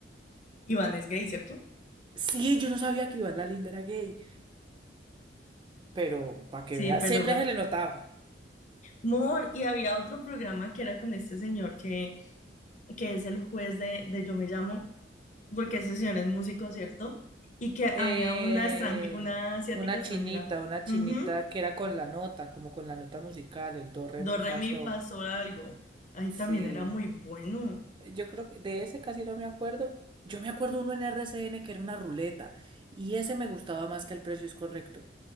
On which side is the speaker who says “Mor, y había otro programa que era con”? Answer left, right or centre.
Left